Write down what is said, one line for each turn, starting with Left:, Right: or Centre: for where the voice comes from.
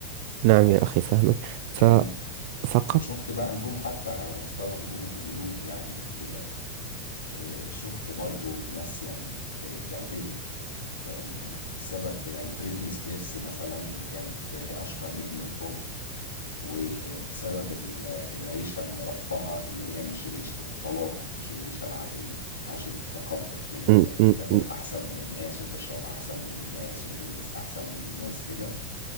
Right: نعم يا أخي فهمك ف
Left: كان
Right: فقط
Left: شفت بقى نجوم حتى على مستوى نجوم هوليود يعني وكده آه، شفت برضو ناس يعني اتبهدلت فاهم؟ يعني بسبب يعني بريتني سبيرس مثلا كانت آه، أشهر نجم بوب وبسبب ال- العيشة المرفهة اللي هي مش العيشة التواضع مش العيشة العادية عاشت بتكبر كده
Right: م-
Left: بقت بتاكل
Right: م- م.
Left: أحسن من الناس وتشرب أحسن من الناس وتلبس أحسن من الناس كده